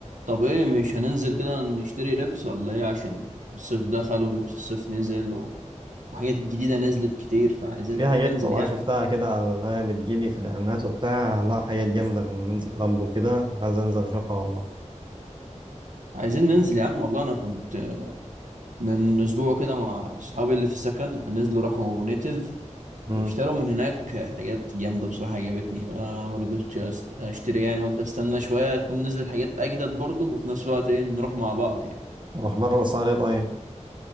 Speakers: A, on the right; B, on the right.
A: طب ايه مش هننزل كده نشتري لبس ولا ايه عشان الصيف دخل ولبس الصيف نزل و- وحاجات جديدة نزلت كتير فعايزين
B: في حاجات
A: ننزل
B: والله
A: يعني
B: شفتها كده على اللي هي بتجيلي في الإعلانات وبتاع لا حاجات جامدة من منز كلاب وكده عايز أنزل أشوفها والله
A: عايزين ننزل يا عم والله انا كنت من اسبوع كده مع اصحابي اللي في السكن نزلوا راحوا نيتيف
B: امم
A: اشتروا من هناك حاجات جامدة بصراحة عجبتني انا ما رضيتش أست- اشتري يعني قلت استنى شوية تكون نزل حاجات اجدد برضه وفي نفس الوقت ايه نروح مع بعض يعني
B: وأخبار الأسعار إيه طيب